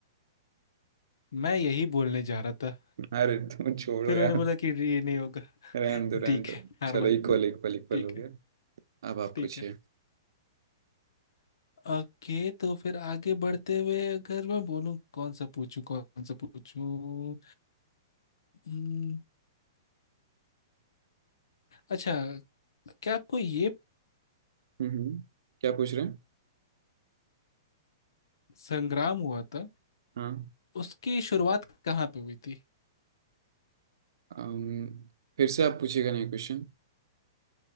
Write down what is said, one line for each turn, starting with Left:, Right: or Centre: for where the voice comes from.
Left: मैं यही बोलने जा रहा था
Right: अरे तुम छोड़ो
Left: फिर
Right: यार
Left: मैंने बोला कि ये नहीं होगा
Right: रहने
Left: <laughs>
Right: दो रहने
Left: ठीक
Right: दो
Left: है हार
Right: चलो
Left: मान
Right: इक्वल इक्वल इक्वल
Left: ठीक
Right: हो गया
Left: है
Right: अब आप
Left: ठीक
Right: पूछिए
Left: है ओके तो फिर आगे बढ़ते हुए अगर मैं बोलूं कौन सा पूछूं कौन सा पूछूं हम्म, अच्छा क्या आपको ये
Right: हम्म क्या पूछ रहे हैं
Left: संग्राम हुआ था
Right: हाँ
Left: उसकी शुरुआत कहाँ पे हुई थी
Right: अम, फिर से आप पूछिएगा नहीं क्वेश्चन